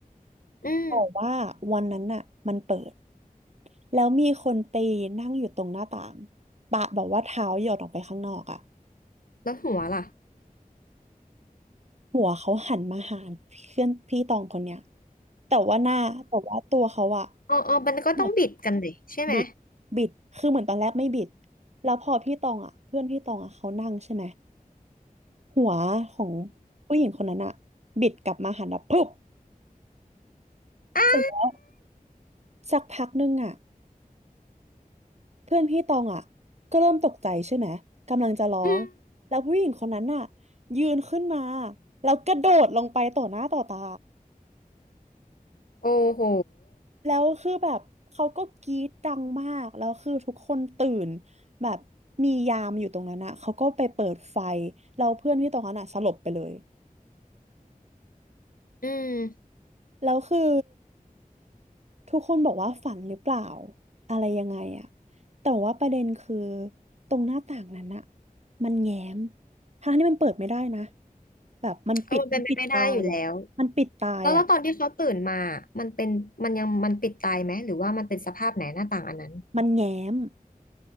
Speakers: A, on the left; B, on the right.
A: อืม
B: แต่ว่าวันนั้นน่ะมันเปิดแล้วมีคนไปนั่งอยู่ตรงหน้าต่างปะแบอกว่าเท้าหยดออกไปข้างนอกอ่ะ
A: แล้วหัวล่ะ
B: หัวเขาหันมาหาเพื่อนพี่ตองคนเนี้ยแต่ว่าหน้าแต่ว่าตัวเขาอ่ะ
A: อ๋ออ๋อมันก็ต้องบิดกันดิใช่ไหม
B: เหมือนบิดบิดคือเหมือนตอนแรกไม่บิดแล้วพอพี่ตองอ่ะเพื่อนพี่ตองอ่ะเขานั่งใช่ไหมหัวของผู้หญิงคนนั้นอ่ะบิดกลับมาหันแบบปุ๊บ
A: อา
B: เสร็จแล้วสักพักนึงอ่ะ เพื่อนพี่ตองอ่ะก็เริ่มตกใจใช่ไหมกำลังจะร้องแล้วผู้หญิงคนนั้นน่ะ
A: อืม
B: ยืนขึ้นมาแล้วกระโดดลงไปต่อหน้าต่อตา
A: โอ้โห
B: แล้วคือแบบเขาก็กรี๊ดดังมากแล้วคือทุกคนตื่นแบบมียามอยู่ตรงนั้นอ่ะเขาก็ไปเปิดไฟแล้วเพื่อนพี่ตองนั้นอ่ะสลบไปเลย
A: อืม
B: แล้วคือ ทุกคนบอกว่าฝันหรือเปล่าอะไรยังไงอะแต่ว่าประเด็นคือตรงหน้าต่างนั้นอะมันแง้มทั้งที่มันเปิดไม่ได้นะแบบมันปิดมันปิดตายอะมันปิดตายอะ
A: ก็มันเป็นไปไม่ได้อยู่แล้วแล้วแล้วตอนที่เขาตื่นมามันเป็นมันยังมันปิดตายไหมหรือว่ามันเป็นสภาพไหนหน้าต่างอันนั้น
B: มันแง้ม